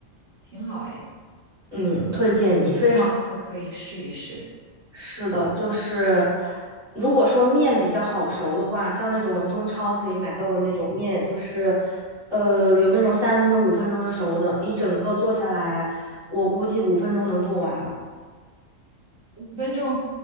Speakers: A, on the right; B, in the centre.
A: 挺好哎。
B: 嗯，推荐你非常
A: 我下次可以试一试，
B: 是的，就是如果说面比较好熟的话，像那种中超可以买到的那种面，就是呃有那种三分钟、五分钟就熟的，你整个做下来，我估计五分钟能做完吧。
A: 五分钟。